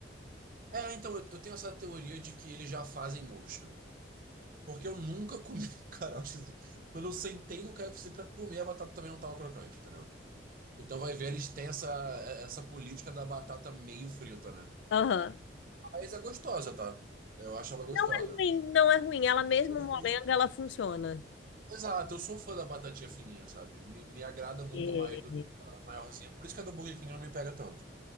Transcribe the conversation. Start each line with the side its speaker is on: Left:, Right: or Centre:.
Right: É, então, eu, eu tenho essa teoria de que eles já fazem murcho. Porque eu nunca comi. <laughs> Cara, eu acho assim, quando eu sentei no KFC pra comer, a batata também não tava crocante, entendeu? Então vai ver, eles têm essa, essa política da batata meio frita, né?
Left: Aham.
Right: Mas é gostosa, tá? Eu acho ela gostosa.
Left: Não é ruim, não é ruim. Ela mesmo
Right: Eu- eu-
Left: molenga, ela funciona.
Right: Exato, eu sou fã da batatinha fininha, sabe? Me, me agrada muito
Left: É,
Right: mais do que aquela maiorzinha. Por isso que a do Burger King não me pega tanto.